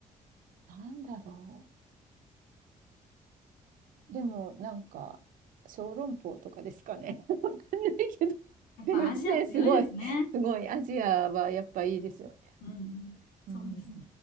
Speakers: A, on the right; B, on the left.
A: あ、なんだろう。でも、なんか、小籠包とかですかね。<laughs> わかんないけど。
B: やっぱアジア強いですね。
A: すいません、すごい、すごい。アジアはやっぱいいですよね。
B: うんうん。そうですね。
A: うん